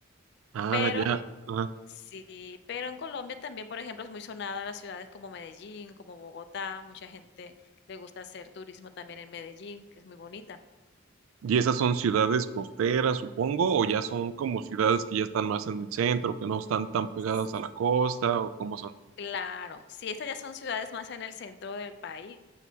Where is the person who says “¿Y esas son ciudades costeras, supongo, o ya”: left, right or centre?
Right